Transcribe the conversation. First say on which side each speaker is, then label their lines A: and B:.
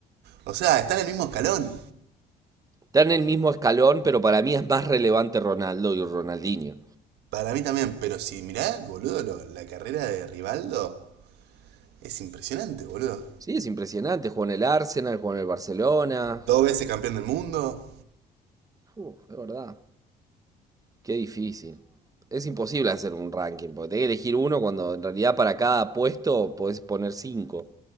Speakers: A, on the right (about 80°); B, on the right (about 20°).
A: O sea, está en el mismo escalón.
B: Está en el mismo escalón, pero para mí es más relevante Ronaldo y Ronaldinho.
A: Para mí también, pero si mirá, boludo, lo- la carrera de Rivaldo es impresionante, boludo.
B: Sí, es impresionante. Jugó en el Arsenal, jugó en el Barcelona.
A: Dos veces campeón del mundo,
B: Uf, es verdad. Qué difícil. Es imposible hacer un ranking, porque tenés que elegir uno cuando en realidad para cada puesto podés poner cinco.